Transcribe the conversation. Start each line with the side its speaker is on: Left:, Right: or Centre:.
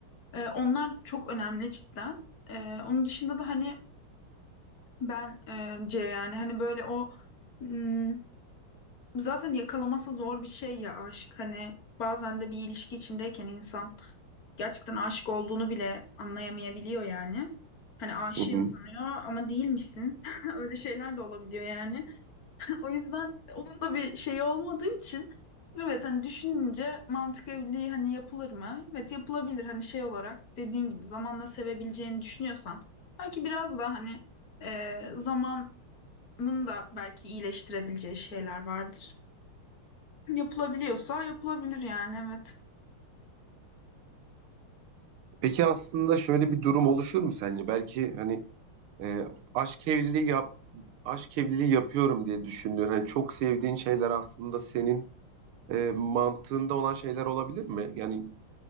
Left: Ee, onlar çok önemli cidden. Ee, onun dışında da hani bence yani hani böyle o m, zaten yakalaması zor bir şey ya aşk. Hani bazen de bir ilişki içindeyken insan gerçekten aşık olduğunu bile anlayamayabiliyor yani. Hani aşığım
Right: hı hı.
Left: sanıyor ama değilmişsin. <laughs> Öyle şeyler de olabiliyor yani. <laughs> O yüzden onun da bir şeyi olmadığı için evet hani düşününce mantık evliliği hani yapılır mı? Evet yapılabilir hani şey olarak dediğin gibi zamanla sevebileceğini düşünüyorsan belki biraz da hani e, zamanın da belki iyileştirebileceği şeyler vardır. Yapılabiliyorsa yapılabilir yani evet.
Right: Peki aslında şöyle bir durum oluşur mu sence? Belki hani e, aşk evliliği yap aşk evliliği yapıyorum diye düşündüğün hani çok sevdiğin şeyler aslında senin e, mantığında olan şeyler olabilir mi? Yani